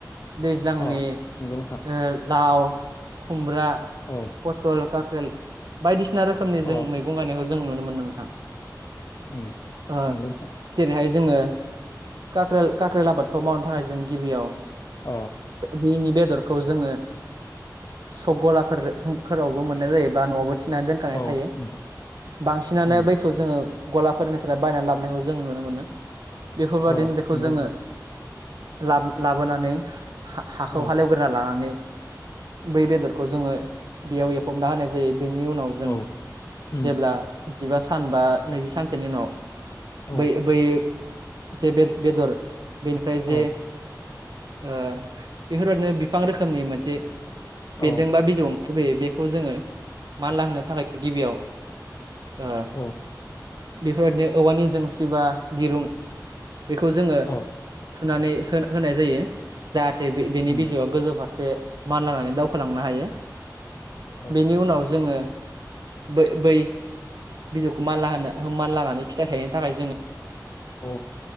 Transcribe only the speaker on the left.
अ नंगौ नोंथां
औ
अ
उम
नंगौ नोंथां
अ
औ
नोंथां
उम
अ
नंगौ
नोंथां
औ
औ उम
अ
अ
औ
औ
अ
उम
औ
औ।